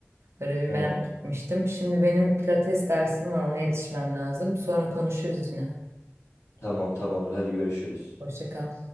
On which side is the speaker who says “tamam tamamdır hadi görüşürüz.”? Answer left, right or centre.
Left